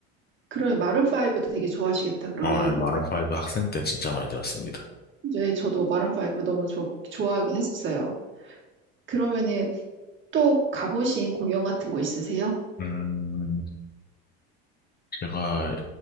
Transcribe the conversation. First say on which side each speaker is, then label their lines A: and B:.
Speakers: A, on the right; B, on the left.
A: 그런 마룬 브도 되게 좋아하시겠다, 그러면.
B: 어, 마룬파이브 학생 때 진짜 많이 들었습니다.
A: 네, 저도 마룬 파이브 너무 좋 좋아하긴 했었어요. 그러면은 또 가보신 공연 같은 거 있으세요?
B: 음, 제가